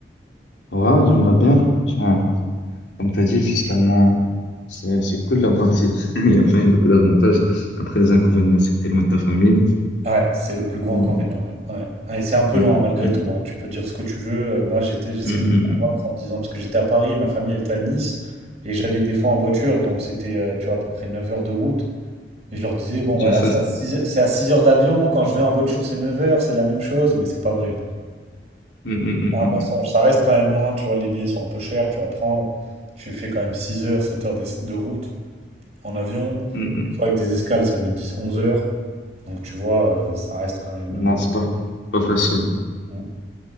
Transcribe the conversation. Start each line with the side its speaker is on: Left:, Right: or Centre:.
Left: Ouais, j'aimerais bien. Franchement, Comme tu as dit, fiscalement, c'est c'est cool là-bas. <laughs> Il y a, enfin, il y a beaucoup d'avantages. Après, les inconvénients, c'est que tu es loin de ta famille.
Right: Ouais, c'est le plus gros
Left: Mm,
Right: inconvénient, ouais. Ouais. Ouais, et c'est un peu
Left: mm,
Right: long, hein, malgré
Left: mm,
Right: tout. hein. Tu peux dire ce que tu veux. Euh, moi, j'étais, j'essayais
Left: mm,
Right: de
Left: mm,
Right: me convaincre
Left: mm. mm.
Right: en me disant, parce que j'étais à Paris, ma famille, elle était à Nice, et j'allais des fois en voiture, donc c'était, euh, tu vois, à peu près 9 heures de route. Et je leur disais, bon,
Left: Déjà,
Right: voilà,
Left: ça,
Right: c'est
Left: c'était.
Right: à 6, heures c'est à six heures d'avion. Quand je vais en voiture, c'est 9 heures, c'est la même chose, mais c'est pas vrai. hein.
Left: Mm, mm,
Right: C'est
Left: mm,
Right: un mensonge.
Left: mm,
Right: Ça reste quand même loin, tu vois, les billets sont un peu chers, tu vas prendre. Tu fais quand même 6 heures, 7 heures de, de route en avion.
Left: mm, mm, mm.
Right: Des fois, avec des escales, ça met 10, 11 heures. Donc, tu vois, euh, ça reste quand même.
Left: Non, c'est pas, pas facile.
Right: euh,